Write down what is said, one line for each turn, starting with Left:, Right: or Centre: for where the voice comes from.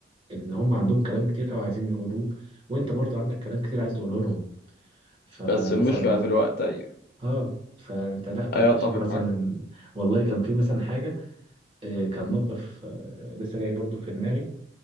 Right: ان هم عندهم كلام كتير قوي عايزين يقولوه وانت برضو عندك كلام كتير عايز تقوله لهم فمثلا
Left: بس المشكله في الوقت ايوه
Right: اه فانت لا تكتشف
Left: ايوه اتفق
Right: مثلا
Left: معاك
Right: والله كان في مثلا حاجة آه، كان موقف آه، لسه جاي برضو في دماغي